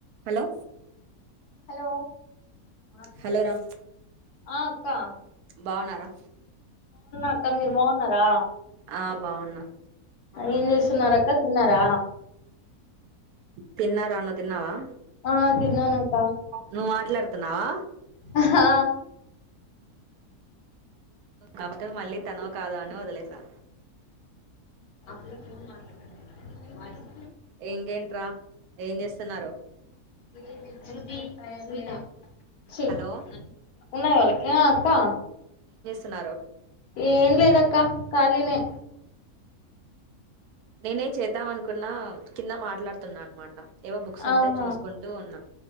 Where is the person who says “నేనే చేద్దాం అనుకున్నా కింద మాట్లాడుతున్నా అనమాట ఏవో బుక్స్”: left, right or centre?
Right